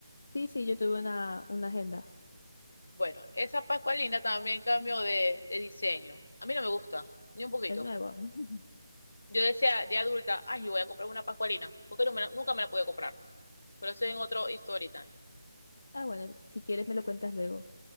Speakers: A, on the left (about 45°); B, on the left (about 60°).
A: Sí, sí, yo tuve una, una agenda.
B: Bueno, esa Pascualina también cambió de, de diseño. A mí no me gusta, ni un poquito.
A: El nuevo. <laughs>
B: Yo decía de adulta, ay, yo voy a comprar una Pascualina, porque no me la- nunca me la pude comprar. Pero eso es en otro story time.
A: Ah, bueno, si quieres me lo cuentas luego.